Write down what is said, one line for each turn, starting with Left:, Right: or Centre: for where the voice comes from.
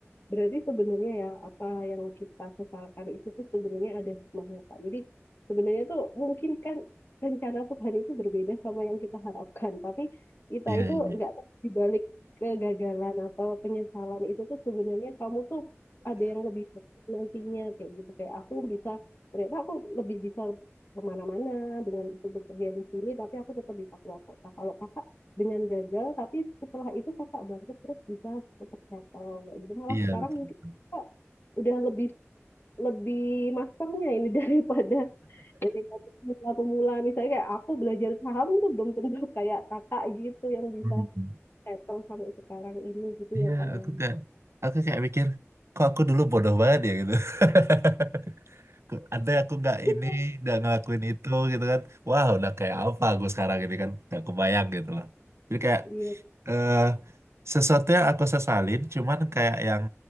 Left: berarti sebenarnya ya apa yang kita sesalkan itu tuh sebenarnya ada hikmahnya Pak. Jadi sebenarnya tuh mungkin kan rencana Tuhan itu berbeda sama yang kita harapkan, tapi kita
Right: Iya
Left: itu
Right: iya
Left: nggak tahu di balik kegagalan atau penyesalan itu tuh sebenarnya kamu tuh ada yang lebih baik nantinya kayak gitu kayak aku bisa ternyata aku lebih bisa kemana-mana dengan itu bekerja di sini tapi aku tetap di Papua Kota. Kalau kakak dengan gagal tapi setelah itu kakak bangkit terus bisa tetap settle kayak gitu malah
Right: iya
Left: sekarang
Right: betul.
Left: mungkin
Right: betul. <laughs>
Left: kakak udah lebih lebih masternya ini <laughs> daripada daripada pemula-pemula misalnya kayak aku belajar saham itu belum tentu <laughs> kayak kakak gitu yang bisa
Right: Hmm.
Left: settle sampai sekarang ini gitu
Right: Iya
Left: ya kak ya.
Right: aku kayak aku kayak mikir kok aku dulu bodoh banget ya gitu. <laughs> ada aku nggak
Left: <laughs>
Right: ini, nggak ngelakuin itu gitu kan. Wah, udah kayak apa aku sekarang ini kan. Nggak kebayang gitu loh. Jadi kayak
Left: iya
Right: eh, sesuatu yang aku sesalin, cuman kayak yang